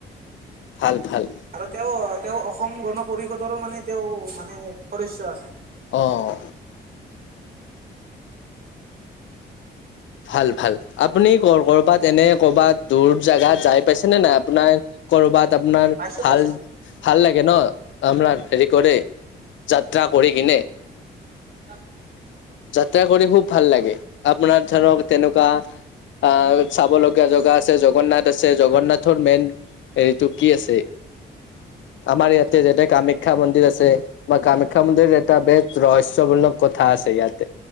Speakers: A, on the left (about 70°); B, on the right (about 50°).
A: ভাল, ভাল।
B: আৰু তেওঁ, তেওঁ অসম গণ পৰিষদৰো মানে তেওঁ মানে সদস্য আছিল।
A: অ, অ। ভাল, ভাল। আপুনি ক'ৰ কৰ'বাত, এনে কৰ'ৰবাত দূৰ জোগাত যাই পাইছেনে নাই! আপোনাৰ ক'ৰবাত আপোনাৰ,
B: পাইছো
A: ভাল-ভাল
B: পাইছো
A: লাগে ন! আপুনাৰ হেৰি কৰে যাত্ৰা কৰি কিনে।
B: <unintelligible>
A: যাত্ৰা কৰি খুব ভাল লাগে। আপোনাৰ ধৰক, তেনেকুৱা আহ চাব লগগীয়া জেগা আছে, জগন্নাথ আছে, জগন্নাথৰ মেইন এইটো কি আছে, আমাৰ ইয়াতে যেনে কামাখ্যা মন্দিৰ আছে। মই কামাখ্যা মন্দিৰ এটা বেচ ৰহস্যমূলক কথা আছে ইয়াতে।